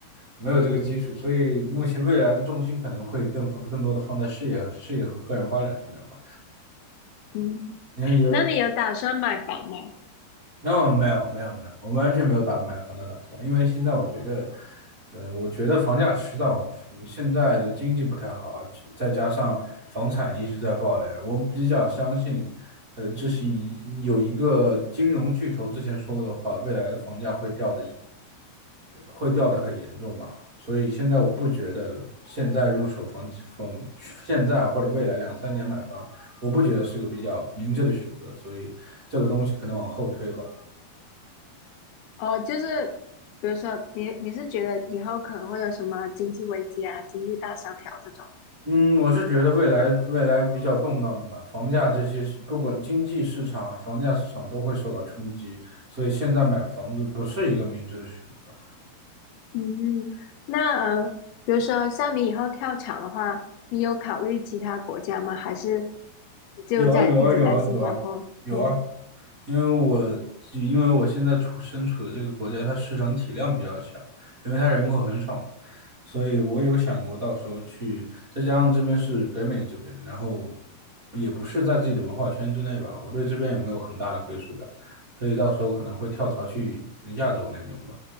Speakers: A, on the right (about 45°); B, on the left (about 75°).
A: 没有这个基础，所以目前未来的重心可能会更放更多的放在事业事业和个人发展上面吧。
B: 嗯，
A: 嗯，有
B: 那你有打算买房吗？
A: ，no 没有没有没有，我完全没有打买房的打算，因为现在我觉得，呃，我觉得房价迟早现在的经济不太好，再加上房产一直在暴雷，我比较相信。呃，这是一有一个金融巨头之前说过的话，未来的房价会掉的，会掉的很严重吧。所以现在我不觉得现在入手房房，现在或者未来两三年买房，我不觉得是个比较明智的选择。所以这个东西可能往后推吧。
B: 哦，就是比如说你你是觉得以后可能会有什么经济危机啊、经济大萧条这种？
A: 嗯，我是觉得未来未来比较动荡吧，房价这些是不管经济市场、房价市场都会受到冲击，所以现在买房子不是一个明智的选择。
B: 嗯，嗯，那呃，比如说像你以后跳槽的话，你有考虑其他国家吗？还是就在一直在新加坡？
A: 有啊有啊有啊有啊有啊，
B: 嗯，
A: 因为我因为我现在处身处的这个国家，它市场体量比较小，因为它人口很少嘛所以我有想过到时候去，再加上这边是北美这边，然后也不是在自己的文化圈之内吧，我对这边也没有很大的归属感，所以到时候可能会跳槽去亚洲那边吧。